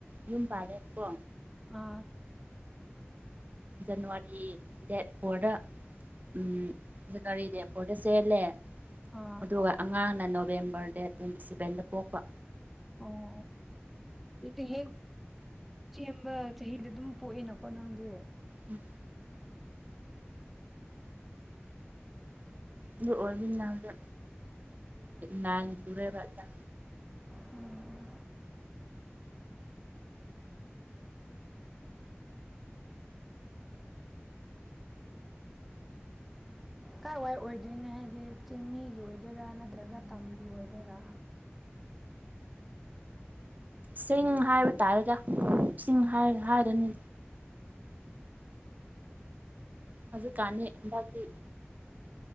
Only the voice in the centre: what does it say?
ꯑꯥ
ꯑꯥ
ꯑꯣ ꯍ ꯆꯦꯟꯕ ꯆꯍꯤꯗ ꯑꯗꯨꯝ ꯄꯣꯛꯑꯦꯅꯀꯣ ꯅꯪꯗꯤ
ꯎꯝ ꯎꯝ ꯀꯥꯏ ꯋꯥꯏ ꯑꯣꯏꯗꯣꯏꯅꯣ ꯍꯥꯏꯗꯤ ꯆꯤꯡꯃꯤꯒꯤ ꯑꯣꯏꯗꯣꯏꯔꯥ ꯅꯠꯇ꯭ꯔꯒ ꯇꯝꯕꯤ ꯑꯣꯏꯗꯣꯏꯔꯥ